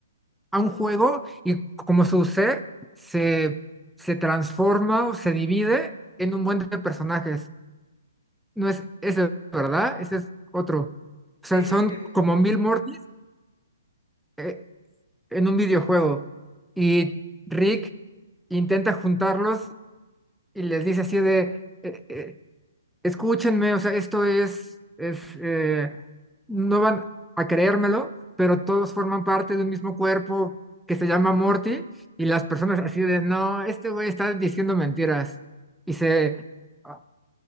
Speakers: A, in the centre; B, on the left.
A: a un juego y como su ser se, se transforma o se divide en un buen de personajes. No es ese, ¿verdad? Ese es otro. O
B: Sí,
A: sea,
B: creo
A: son
B: que eso es
A: como
B: otro.
A: mil Mortis eh, en un videojuego. Y Rick intenta juntarlos y les dice así de, eh, eh, escúchenme, o sea, esto es, es eh, no van a creérmelo, pero todos forman parte de un mismo cuerpo que se llama Morty y las personas así de, no, este güey está diciendo mentiras y se a-